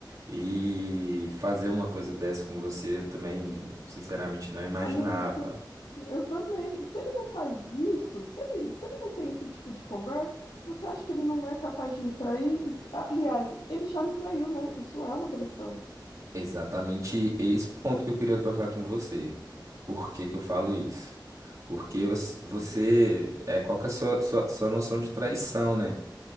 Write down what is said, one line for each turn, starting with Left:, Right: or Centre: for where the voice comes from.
Right: e fazer uma coisa dessa com você, eu também, sinceramente, não imaginava.
Left: Amigo, se, eu também. Se ele não faz isso, se ele, se ele não tem esse tipo de conversa, você acha que ele não é capaz de me trair? E, Aliás, ele já me traiu, né? Isso é uma traição.
Right: Exatamente esse ponto que eu queria tocar com você. Por que que eu falo isso? Porque você, você- é, qual que é a sua, sua, sua noção de traição, né?